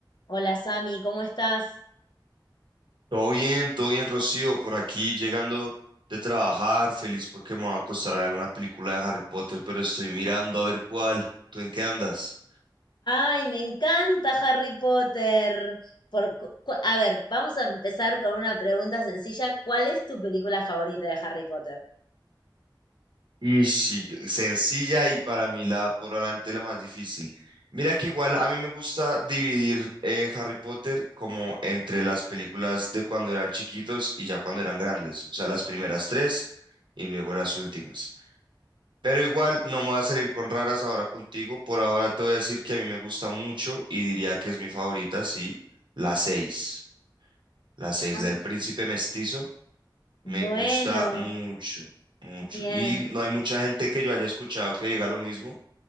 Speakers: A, on the left; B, on the right.
A: Hola Sami, ¿cómo estás?
B: Todo bien, todo bien, Rocío, por aquí llegando de trabajar, feliz porque me va a costar a ver una película de Harry Potter, pero estoy mirando a ver cuál. ¿Tú en qué andas?
A: Ay, me encanta Harry Potter. Por, cu- cu- a ver, vamos a empezar con una pregunta sencilla. ¿Cuál es tu película favorita de Harry Potter?
B: Y sí, sencilla y para mí la por adelante la más difícil. Mira que igual a mí me gusta dividir eh, Harry Potter como entre las películas de cuando eran chiquitos y ya cuando eran grandes, o sea, las primeras tres y luego las últimas. Pero igual no me voy a salir con raras ahora contigo. Por ahora te voy a decir que a mí me gusta mucho y diría que es mi favorita, sí, la seis, La seis
A: Ah.
B: la del príncipe mestizo,
A: Bueno,
B: me gusta mucho, mucho.
A: bien.
B: Y no hay mucha gente que yo haya escuchado que diga lo mismo,